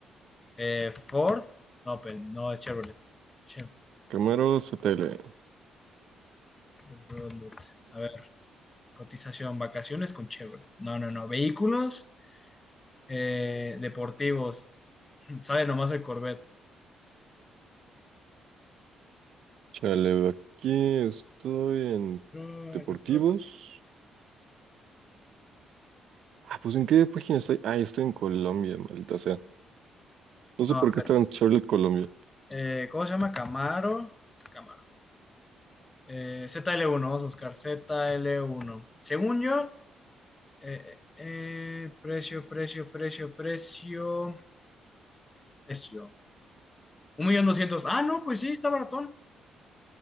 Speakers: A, on the left (about 20°); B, on the right (about 70°).
A: eh, Ford. No, pero no, es Chevrolet. Chev-
B: Camaro ZL.
A: Chevrolet. A ver, cotización, vacaciones con Chevrolet. No, no, no. Vehículos eh, deportivos. <laughs> Sale nomás el Corvette.
B: Chale, aquí estoy en
A: No,
B: Deportivos.
A: electro-
B: Ah, pues ¿en qué página estoy? Ah, estoy en Colombia, maldita sea. No
A: no,
B: sé por
A: a
B: qué
A: ver.
B: estaba en Chevrolet Colombia.
A: eh, ¿cómo se llama? Camaro. Camaro. Eh, ZL1, vamos a buscar ZL1. Según yo. Eh, eh, eh, precio, precio, precio, precio, precio. Un millón doscientos. Ah, no, pues sí, está baratón.